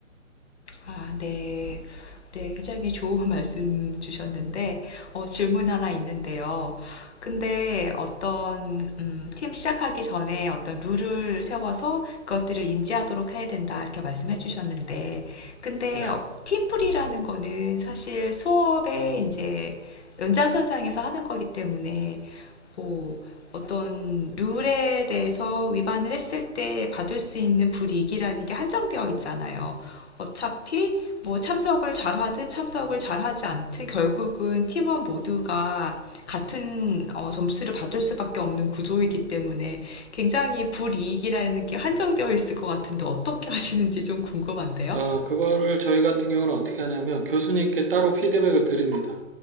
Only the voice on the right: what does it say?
네.
어, 그거를 저희 같은 경우는 어떻게 하냐면 교수님께 따로 피드백을 드립니다.